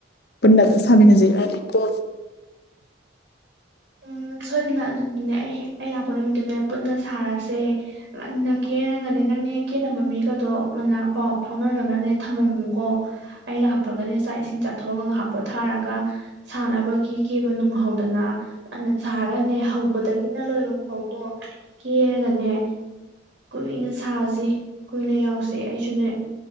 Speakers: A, on the left (about 55°); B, on the right (about 60°).
A: ꯄꯨꯟꯅ ꯑꯗꯨ ꯁꯃꯤꯖꯦ <unintelligible>
B: ꯎꯝ ꯁꯣꯏꯗꯅ ꯑꯗꯨꯗꯤꯅꯦ ꯑꯩ ꯍꯦꯛ ꯑꯩ ꯂꯥꯛꯄ ꯅꯨꯃꯤꯠꯇꯨꯗꯅꯦ ꯄꯨꯟꯅ ꯁꯥꯔꯁꯦ ꯉꯟꯅ ꯈꯦꯔꯒꯅꯦ ꯅꯪꯅꯦ ꯀꯦꯅꯕ ꯃꯤꯒꯗꯣ ꯉꯟꯅ ꯄꯥꯎ ꯐꯥꯎꯅꯔꯒꯅꯦ ꯊꯝꯃꯝꯃꯨꯀꯣ ꯑꯩ ꯂꯥꯛꯄꯒꯅꯦ ꯆꯥꯛ ꯏꯁꯤꯡ ꯆꯥꯊꯣꯛꯑꯒ ꯉꯥꯏꯍꯥꯛ ꯄꯣꯊꯥꯔꯒ ꯁꯥꯅꯕꯒꯤ ꯀꯦꯕ ꯅꯨꯡꯍꯧꯗꯅ ꯐꯟꯅ ꯁꯥꯔꯒꯅꯦ ꯍꯧꯕꯗꯒꯤꯅ ꯂꯣꯏꯕ ꯐꯧꯇꯣ ꯀꯦꯔꯒꯅꯦ ꯀꯨꯏꯅ ꯁꯥꯁꯤ ꯀꯨꯏꯅ ꯌꯥꯎꯁꯤ ꯑꯩꯁꯨꯅꯦ